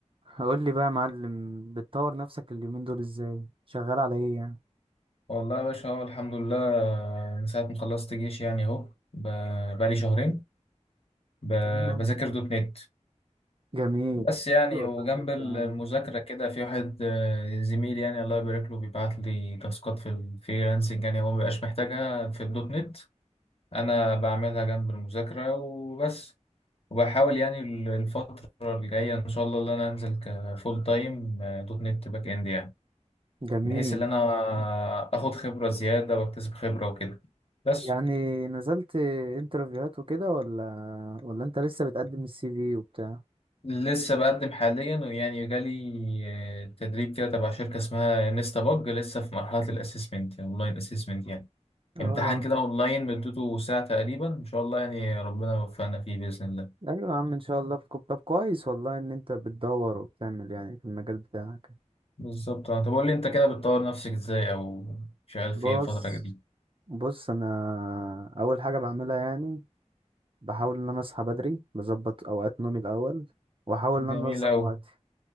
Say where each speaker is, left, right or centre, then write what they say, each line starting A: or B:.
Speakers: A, on the right; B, on the left.
A: هقول لي بقى يا معلم بتطور نفسك اليومين دول ازاي شغال على ايه يعني
B: والله يا باشا هو الحمد لله من ساعة ما خلصت جيش يعني أهو ب- بقالي شهرين ب-
A: تمام
B: بذاكر دوت نت
A: جميل
B: بس يعني
A: حلو
B: وجنب
A: ادتك
B: المذاكرة
A: تمام
B: كده في واحد آه، زميل يعني الله يبارك له بيبعت لي تاسكات في الفريلانسنج يعني هو مبيبقاش محتاجها في الدوت نت أنا بعملها جنب المذاكرة وبس وبحاول يعني ال- الفترة الجاية إن شاء الله إن أنا أنزل كفول تايم دوت نت باك إند يعني
A: جميل
B: بحيث إن أنا آخد خبرة زيادة وأكتسب خبرة وكده بس
A: يعني نزلت انترفيوهات وكده ولا ولا انت لسه بتقدم السي في وبتاع
B: لسه بقدم حاليا ويعني جالي آه، تدريب كده تبع شركة اسمها نيستا بج لسه في مرحلة الاسسمنت اونلاين اسسمنت يعني
A: اه
B: امتحان كده اونلاين مدته ساعة تقريبا ان شاء الله يعني ربنا يوفقنا فيه بإذن الله
A: ايوه يا عم ان شاء الله في كوب- طب كويس والله ان انت بتدور وبتعمل يعني في المجال بتاعك
B: بالظبط آه، طب قول لي انت كده بتطور نفسك ازاي او شغال
A: بص
B: في ايه الفترة دي
A: بص انا اول حاجه بعملها يعني بحاول ان انا اصحى بدري بظبط اوقات نومي الاول واحاول ان
B: جميل
A: انا انظم
B: أوي
A: وقتي